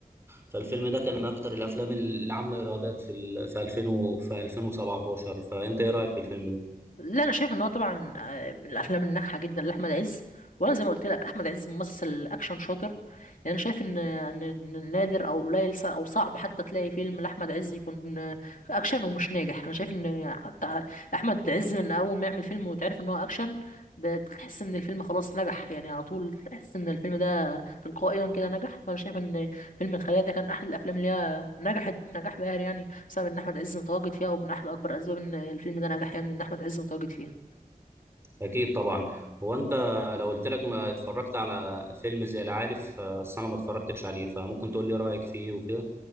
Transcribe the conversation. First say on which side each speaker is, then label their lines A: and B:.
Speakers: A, on the right; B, on the left.
A: فالفيلم ده كان من اكتر الافلام اللي عامله ايرادات في ال... في 2000 و... في 2017 فانت ايه رايك في الفيلم ده
B: لا انا شايف ان هو طبعا آه، من الافلام الناجحه جدا لاحمد عز وانا زي ما قلت لك احمد عز ممثل اكشن شاطر يعني انا شايف ان ان إن نادر او قليل ص- او صعب حتى تلاقي فيلم لاحمد عز يكون آه، اكشن ومش ناجح انا شايف ان حتى احمد عز من اول ما يعمل فيلم وتعرف ان هو اكشن بتحس ان الفيلم خلاص نجح يعني على طول تحس ان الفيلم ده تلقائيا كده نجح فانا شايف ان فيلم الخيال ده كان احد الافلام اللي هي نجحت نجاح باهر يعني بسبب ان احمد عز متواجد فيها ومن احد اكبر اسباب ان الفيلم ده نجح يعني ان احمد عز متواجد فيها
A: اكيد طبعا هو انت لو قلت لك ما اتفرجت على فيلم زي العارف بس انا ما اتفرجتش عليه فممكن تقول لي رايك فيه وكده